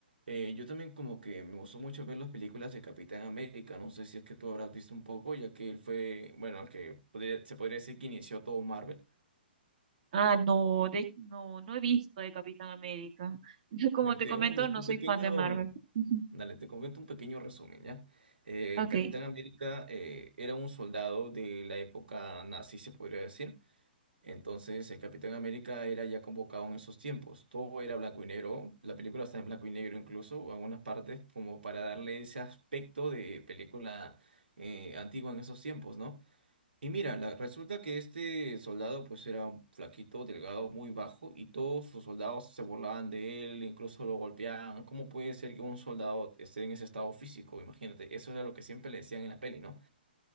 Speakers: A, on the right; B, on the right.
A: eh, yo también como que me gustó mucho ver las películas de Capitán América. No sé si es que tú habrás visto un poco, ya que él fue, bueno, el que podría- se podría decir que inició todo Marvel.
B: Ah, no, de hecho, no, no he visto de Capitán América. <laughs>
A: A
B: Como
A: ver,
B: te
A: te
B: comento,
A: hago un, res-
B: no
A: un
B: soy
A: pequeño.
B: fan de Marvel. <laughs> Ujú.
A: Dale, te comento un pequeño resumen, ¿ya? Eh,
B: Ok.
A: el Capitán América eh, era un soldado de la época nazi, se podría decir Entonces, el Capitán América era ya convocado en esos tiempos. Todo era blanco y negro. La película está en blanco y negro incluso, algunas partes, como para darle ese aspecto de película eh, antigua en esos tiempos, ¿no? Y mira, la- resulta que este soldado pues era un flaquito, delgado, muy bajo, y todos sus soldados se burlaban de él, incluso lo golpeaban. ¿Cómo puede ser que un soldado esté en ese estado físico? Imagínate, eso era lo que siempre le decían en la peli, ¿no?